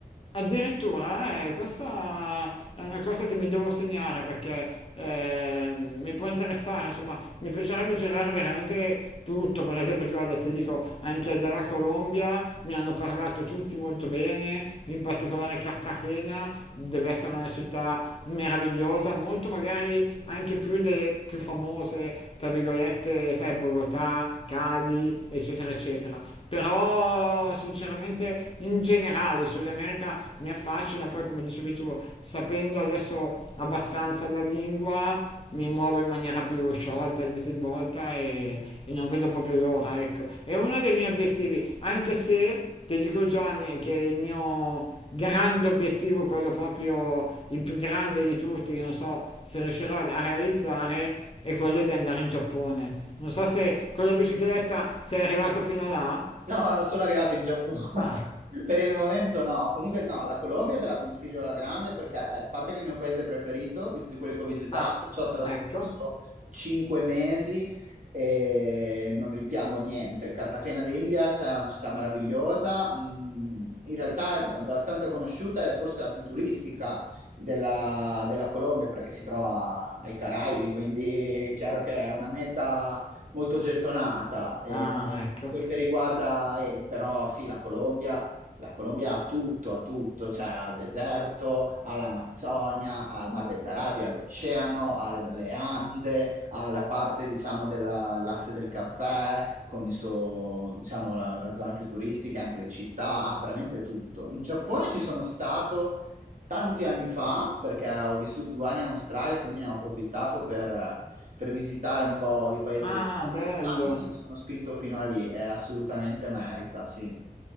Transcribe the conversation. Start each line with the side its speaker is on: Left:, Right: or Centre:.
Left: Addirittura, eh, questa è una cosa che mi devo segnare perché eh, mi può interessare, insomma, mi piacerebbe girare veramente tutto, per esempio, ti guarda, ti dico, anche dalla Colombia mi hanno parlato tutti molto bene, in particolare Cartagena, deve essere una città meravigliosa, molto magari anche più delle più famose, tra virgolette, sai, Bogotà, Cali, eccetera, eccetera. Però sinceramente in generale il Sud America mi affascina, poi come dicevi tu, sapendo adesso abbastanza la lingua, mi muovo in maniera più sciolta, disinvolta e, e non vedo proprio l'ora, ecco. È uno dei miei obiettivi, anche se ti dico Gianni che il mio grande obiettivo, quello proprio il più grande di tutti, che non so se riuscirò a realizzare, è quello di andare in Giappone. Non so se con la bicicletta sei arrivato fino là.
Right: No, non sono arrivato in Giappone. <laughs>
Left: Ah.
Right: Per il momento no. Comunque no, la Colombia te la consiglio alla grande perché, eh, a parte che è il mio paese preferito di tutti quelli che ho visitato,
Left: Ah,
Right: ci ho trascorso
Left: ecco.
Right: cinque mesi e non rimpiango niente. Cartagena de Indias è una città meravigliosa, mm, in realtà è abbastanza conosciuta e forse la più turistica della, della Colombia perché si trova ai Caraibi, quindi è chiaro che è una meta molto gettonata. Eh,
Left: Ah, ecco.
Right: per quel che riguarda, eh, però, sì, la Colombia, la Colombia ha tutto, ha tutto, cioè ha il deserto, ha l'Amazzonia, ha il Mar dei Caraibi, ha l'oceano, ha le, le Ande, ha la parte, diciamo, dell'asse del caffè, con il suo, diciamo, la, la zona più turistica, anche le città, ha veramente tutto. In Giappone ci sono stato tanti anni fa, perché ho vissuto due anni in Australia, quindi ne ho approfittato per per visitare un po' di paesi
Left: Ah,
Right: dell'est
Left: bello.
Right: asiatico, e mi sono spinto fino a lì, è assolutamente merita, sì.